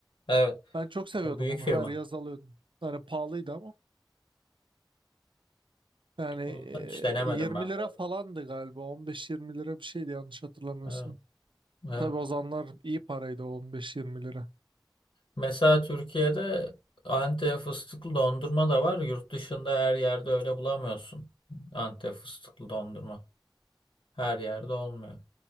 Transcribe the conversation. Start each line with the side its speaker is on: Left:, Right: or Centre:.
Left: Evet.
Right: Ben çok seviyordum
Left: O büyük
Right: onu.
Left: firma.
Right: Her yaz alıyordum. Yani pahalıydı ama. Yani e,
Left: Ondan hiç denemedim
Right: 20
Left: ben
Right: lira
Left: bu arada.
Right: falandı galiba. 15-20 lira bir şeydi yanlış hatırlamıyorsam.
Left: Evet. Evet.
Right: Tabii o zamanlar iyi paraydı o 15-20 lira.
Left: Mesela Türkiye'de Antep fıstıklı dondurma da var. Yurt dışında her yerde öyle bulamıyorsun. Antep fıstıklı dondurma. Her yerde olmuyor.